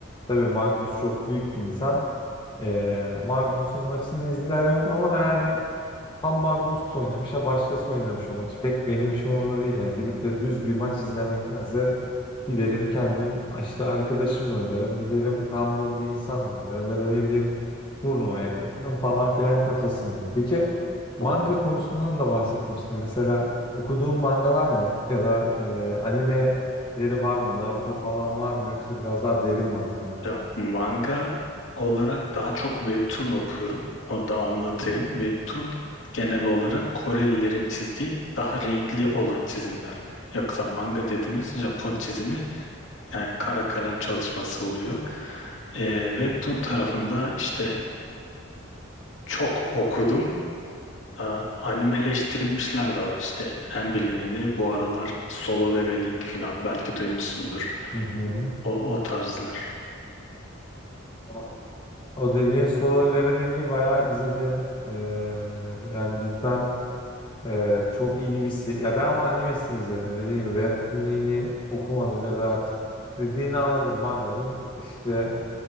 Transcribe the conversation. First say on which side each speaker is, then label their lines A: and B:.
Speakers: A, on the left; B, on the left.
A: tabii Magnus çok büyük bir insan. Ee, Magnus'un maçını izlerim ama yani ham Magnus oynamış ya başkası oynamış o maçı. Pek benim işim orada değil. Yani gidip de düz bir maç izlemektense giderim kendim işte arkadaşımla oynarım. Giderim random bir insanla oynarım ya da ne bileyim turnuvaya katılırım falan filan kafasındayım. Peki manga
B: anladım.
A: konusundan da bahsetmiştim. Mesela okuduğum mangalar ne? Ya da e, animeleri var mı? Naruto falan var mı? Yoksa biraz daha derin mangalar mı?
B: Ya, manga olarak daha çok webtoon okuyorum. Onu da anlatayım. Webtoon genel olarak Korelilerin çizdiği daha renkli olan çizimler. Yoksa manga dediğimiz Japon çizimi yani kara kalem çalışması oluyor. Ee, Webtoon tarafında işte çok okudum. Ee, animeleştirilmişler de var işte en bilineni bu aralar Solo Leveling falan belki duymuşsundur.
A: Hı
B: O, o tarzlar.
A: hı. O dediğin solo leveling'i bayağı izledim. Ee, yani cidden e, çok iyi bir si- Ya ben ama animesini izledim dediğim gibi. Webtoon'ini okumadım ya da artık dediğini anladım. Manganın işte